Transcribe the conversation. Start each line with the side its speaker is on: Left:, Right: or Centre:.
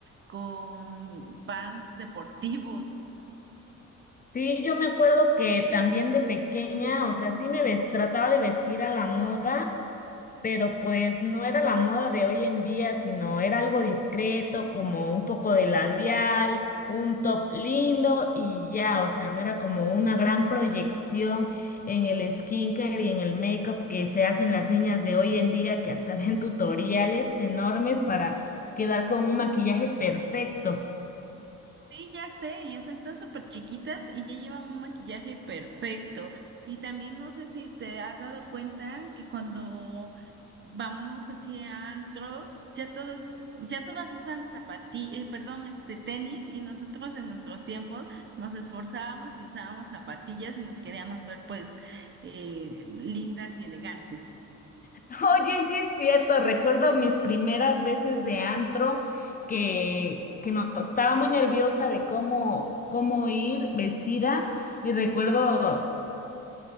Right: con pants deportivos.
Left: Sí, yo me acuerdo que también de pequeña, o sea, sí me ves- trataba de vestir a la moda pero pues no era la moda de hoy en día, sino era algo discreto, como un poco de labial, un top lindo y ya, o sea, no era como una gran proyección en el skincare y en el makeup que se hacen las niñas de hoy en día, que hasta <laughs> ven tutoriales enormes para quedar con un maquillaje perfecto.
Right: Sí, ya sé, y o sea, están súper chiquitas y ya llevan un maquillaje perfecto. Y también no sé si te has dado cuenta que cuando vamos así a antros, ya todos, ya todas usan zapatillas, perdón, este tenis, y nosotros en nuestros tiempos nos esforzábamos y usábamos zapatillas y nos queríamos ver pues eh, lindas y elegantes.
Left: <laughs> Oye, sí es cierto, recuerdo mis primeras veces de antro que, que no, estaba muy nerviosa de cómo, cómo ir vestida y recuerdo